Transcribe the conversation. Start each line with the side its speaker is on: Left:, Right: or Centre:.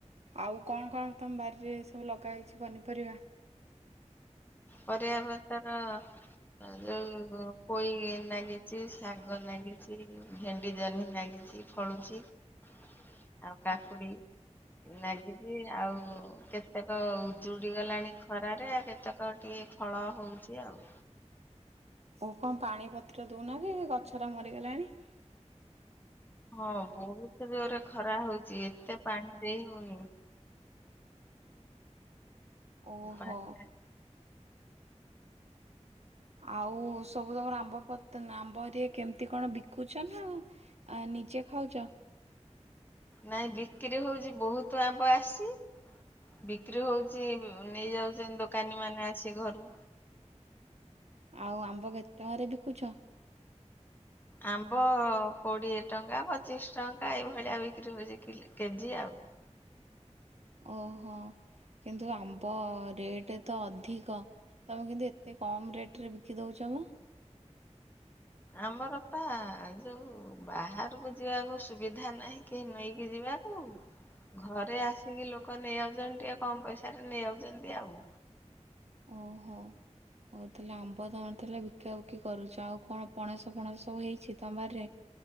Right: ଆଉ କଣ କଣ ତମ ବାରିରେ ସବୁ ଲଗା ହେଇଛି ପନିପରିବା? <inaudible>
Left: ପରିବା ପତର ଆ ଯୋଉ ପୋଇ ଲାଗିଚି ଶାଗ ଲାଗିଚି। ଭେଣ୍ଡି, ଜହ୍ନି ଲାଗିଚି ଫଳୁଚି ଆଉ କାକୁଡି ନାଗଚି ଆଉ କେତେକ ଉଜୁଡି ଗଲାଣି। ଖରାରେ ଆ କେତେକ ଟିକେ ଫଳ ହଉଚି ଆଉ।
Right: ଓଉ କଣ ପାଣିପତ୍ର ଦେଉ ନକି ଗଛରା ମରିଗଲାଣି।
Left: ହଁ ବହୁତ ଜୋରେ ଖରା ହଉଚି, ଏତେ ପାଣି ଦେଇ ହଉନି।
Right: ଓହୋ।
Left: ପାଣିଟା
Right: ଆଉ ସବୁ ତମର ଆମ୍ବ ପତ ନା ଆମ୍ବ ଏଠି କେମିତି କଣ ବିକୁଛ ନା? ଆ ନିଜେ ଖାଉଚ।
Left: ନାଇଁ ବିକ୍ରି ହଉଛି ବହୁତ ଆମ୍ବ ଆସିଛି। ବିକ୍ରି ହଉଛି ନେଇଯାଉଛନ୍ତି ଦୋକାନୀ ମାନେ ଆସିକି ଘରୁ।
Right: ଆଉ ଆମ୍ବ କେତେ ଟଙ୍କାରେ ବିକୁଛ?
Left: ଆମ୍ବ କୋଡିଏ ଟଙ୍କା, ପଚିଶ୍ ଟଙ୍କା ଏଇଭଳିଆ ବିକ୍ରି ହଉଛି କେଜି ଆଉ।
Right: ଓହୋ କିନ୍ତୁ ଆମ୍ବ ରେଟ୍ ତ ଅଧିକ। ତୁମେ କେମିତି ଏତେ କମ୍ ରେଟରେ ବିକି ଦେଉଛ ମ।
Left: ଆମର ପା ଯୋଉ ବାହାରକୁ ଯିବାକୁ ସୁବିଧା ନାହିଁ। କେହି ନେଇକି ଯିବା। କୁ ଘରେ ଆସିକି ଲୋକ ନେଇ ଯାଉଛନ୍ତି ଟିକେ କମ୍ ପଇସାରେ ନେଇ ଯାଉଛନ୍ତି ଆଉ।
Right: ଓହୋ। ହଉ ତାହେଲେ ଆମ୍ବ ତମେ ଲେ ବିକା ବିକି କରୁଚ ଆଉ କଣ ପଣସ ଫଣସ ସବୁ ହେଇଛି ତମ ବାଡି ରେ।